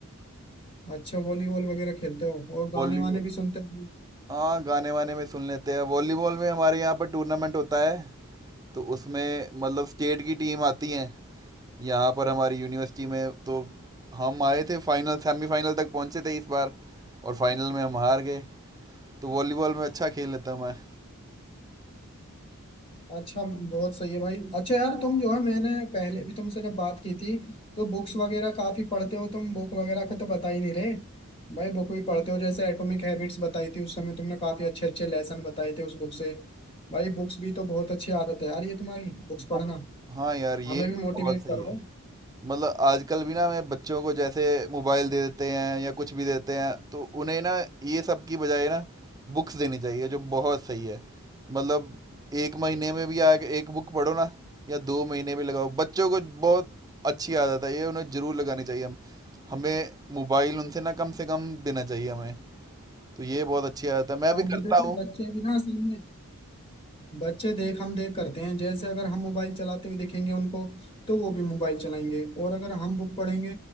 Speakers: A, on the left (about 25°); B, on the right (about 15°).
A: अच्छा वॉलीबॉल वगैरह खेलते हो और गाने
B: वॉलीबॉल
A: वाने भी सुनते हो
B: हाँ गाने वाने में सुन लेते हैं वॉलीबॉल में हमारे यहाँ पर टूर्नामेंट होता है तो उसमें मतलब स्टेट की टीम आती है यहाँ पर हमारी यूनिवर्सिटी में तो हम आए थे फाइनल सेमीफाइनल तक पहुँचे थे इस बार और फाइनल में हम हार गए तो वॉलीबॉल में अच्छा खेल लेता मैं
A: अच्छा बहुत सही है भाई अच्छा यार तुम जो है मैंने पहले भी तुमसे जब बात की थी तो बुक्स वगैरह काफी पढ़ते हो तुम बुक वगैरह का तो बता ही नहीं रहे भाई बुक भी पढ़ते हो जैसे एटॉमिक हैबिट्स बताई थी उस समय तुमने काफी अच्छे अच्छे लेसन बताए थे उस बुक से भाई बुक्स भी तो बहुत अच्छी आदत है यार ये तुम्हारी बुक्स
B: वो-
A: पढ़ना
B: हाँ यार ये
A: हमें भी
B: तो
A: मोटिवेट
B: बहुत सही
A: करो
B: है मतलब आजकल भी ना मैं बच्चों को जैसे मोबाइल दे देते हैं या कुछ भी देते हैं तो उन्हें ना ये सब की बजाय ना बुक्स देनी चाहिए जो बहुत सही है मतलब एक महीने में भी आगे एक बुक पढ़ो ना या दो महीने में लगाओ बच्चों को बहुत अच्छी आदत है ये उन्हें ज़रूर लगानी चाहिए हम हमें मोबाइल उनसे ना कम से कम देना चाहिए हमें तो ये बहुत अच्छी आदत है मैं
A: हाँ
B: भी करता
A: ब- देखो
B: हूँ
A: बच्चे भी ना असल में बच्चे देख हम देख करते हैं जैसे अगर हम मोबाइल चलाते हुए देखेंगे उनको तो वो भी मोबाइल चलाएंगे और अगर हम बुक पढ़ेंगे